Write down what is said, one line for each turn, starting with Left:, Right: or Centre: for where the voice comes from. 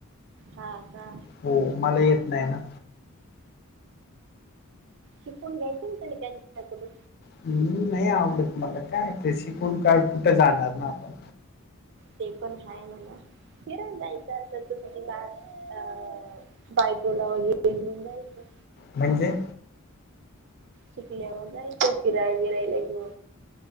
Right: हा का
Left: हो मला येत नाही ना.
Right: शिकून घ्यायच ना त त्यांच्याकडे.
Left: हम् नाही आवडतु मला काय क शिकण काळ कुठं जाणार ना आपण,
Right: ते पण आहे ना ना फिरण जायचं असं तु बा अ, बायकोला वगैरे घेऊन जायचं.
Left: म्हणजे
Right: शिकल्यावर जायचं फिरायला फिरायला घेऊन.